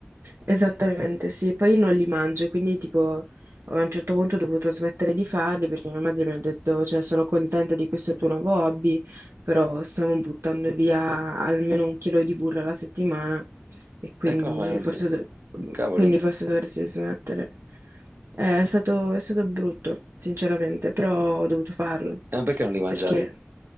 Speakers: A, on the right (about 65°); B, on the right (about 50°).
A: Esattamente, sì, poi non li mangio, quindi tipo a un certo punto ho dovuto smettere di farli perché mia madre mi ha detto, cioè sono contenta di questo tuo nuovo hobby, però stiamo buttando via almeno un chilo di burro alla settimana e quindi
B: Eh, come non
A: forse,
B: li...
A: do-
B: Cavolo,
A: quindi forse dovresti smettere. Eh, È stato, è stato brutto, sinceramente, però ho dovuto farlo
B: eh, perché non li mangiavi?
A: perché,